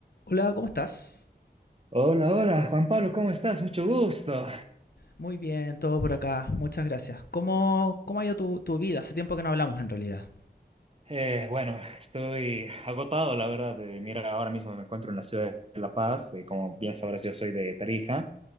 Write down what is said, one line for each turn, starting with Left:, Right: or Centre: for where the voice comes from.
Left: Hola, ¿cómo estás?
Right: Hola, hola, Juan Pablo, ¿cómo estás? Mucho gusto.
Left: Muy bien, todo por acá. Muchas gracias. ¿Cómo, cómo ha ido tu, tu vida? Hace tiempo que no hablamos en realidad.
Right: Eh, bueno, estoy agotado, la verdad. de- mira, ahora mismo me encuentro en la ciudad de La Paz. eh, como bien sabrás, yo soy de Tarija.